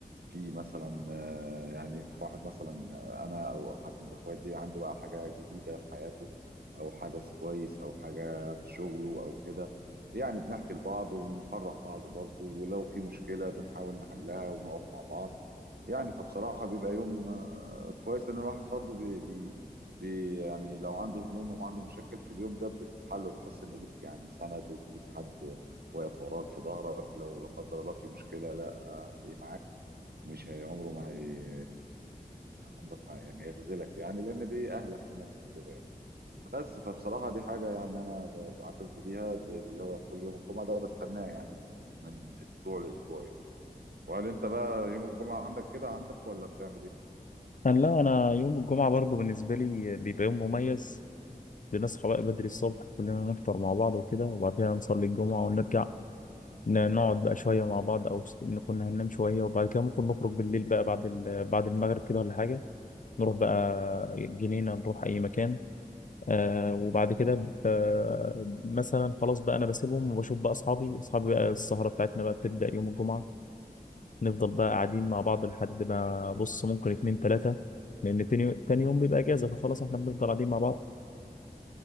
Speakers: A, on the right; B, on the left.
A: في مثلا آه، يعني في واحد مثلا آه، انا او حد من اخواتي عنده بقى حاجه جديده في حياته او حدث كويس او حاجه في شغله او كده يعني بنحكي لبعض ونفرح بعض برضه ولو في مشكله بنحاول نحلها ونقف مع بعض يعني فبصراحه بيبقى يوم آه، كويس ان الواحد برضه بي بي بي يعني لو عنده هموم وعنده مشاكل في اليوم ده بتتحل وبتحس ان ليك يعني سند وليك حد واقف وراك في ظهرك لو لا قدر الله في مشكله لا آه، هتلاقيه معاك مش هي عمره ما هي عمرك ما ما يخذلك يعني لان دي اهلك وناسك كده يعني بس فبصراحه دي حاجه يعني انا ب- بعتز بيها دي اللي هو كل يوم الجمعه ده بستناه يعني من اسبوع لاسبوع يعني وهل انت بقى يوم الجمعه عندك كده عندك ولا بتعمل ايه؟
B: انا لا انا يوم الجمعه برضه بالنسبه لي بيبقى يوم مميز بنصحى بقى بدري الصبح كلنا نفطر مع بعض وكده وبعدها نصلي الجمعة ونرجع ن- نقعد بقى شوية مع بعض أو س- نكون هننام شوية وبعد كده ممكن نخرج بالليل بقى بعد ال- بعد المغرب كده ولا حاجة نروح بقى الجنينة نروح أي مكان آه وبعد
A: مهم.
B: كده ب- مثلا خلاص بقى أنا بسيبهم وبشوف بقى أصحابي أصحابي بقى السهرة بتاعتنا بقى بتبدأ يوم الجمعة نفضل بقى قاعدين مع بعض لحد ما بص ممكن اتنين تلاتة لأن تاني تاني يوم بيبقى إجازة فخلاص احنا بنفضل قاعدين مع بعض